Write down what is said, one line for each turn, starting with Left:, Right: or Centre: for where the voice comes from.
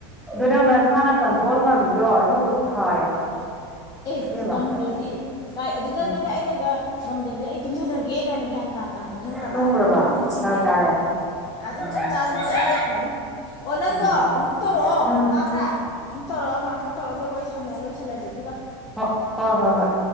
Centre: ꯑꯗꯨ ꯅꯪ ꯅꯁꯥꯅ ꯀꯟꯇ꯭ꯔꯣꯜ ꯉꯝꯃꯤꯗꯣ ꯑꯗꯨ ꯐꯔꯦ
Left: ꯑꯦ
Centre: ꯏꯕꯦꯝꯃ
Left: ꯁꯤ ꯉꯝꯗ꯭ꯔꯗꯤ ꯀꯥꯏ ꯑꯗꯨꯗꯒꯅꯦ
Centre: ꯎꯝ
Left: ꯑꯩꯅꯒ ꯉꯝꯗꯕꯤꯗ ꯑꯩ ꯇꯨꯝꯁꯤꯜꯂꯒꯦ ꯀꯥꯏꯅ ꯒ꯭ꯌꯥꯟ ꯇꯥ ꯇꯥꯅ ꯇꯨꯝꯁꯤꯟꯈ꯭ꯔꯕ
Centre: ꯇꯨꯝꯒ꯭ꯔꯕ
Left: ꯑꯗꯨꯝ ꯆꯤꯡꯉꯦ
Centre: ꯐꯔꯛ ꯇꯥꯔꯦ
Left: ꯑꯗꯨꯝ
Centre: ꯎꯝ
Left: ꯆꯞ ꯆꯥ ꯂꯦꯞꯈ꯭ꯔꯅꯤ ꯑꯣ ꯅꯪꯗꯣ
Centre: ꯎꯝ
Left: ꯑꯃꯨꯛ ꯇꯧꯔꯛꯑꯣ
Centre: ꯎꯝ
Left: ꯇꯥꯕ꯭ꯔꯥ ꯑꯃꯨꯛ ꯇꯧꯔꯛꯑꯣ ꯉꯥꯛꯇꯪ ꯇꯧꯔꯒ ꯋꯥꯔꯤ ꯁꯥꯟꯅꯔ ꯂꯣꯏꯁꯤꯜꯂꯁꯦ ꯑꯗꯨꯒ
Centre: ꯍꯣꯏ ꯍꯣꯏ ꯍꯣꯏ ꯍꯣꯏ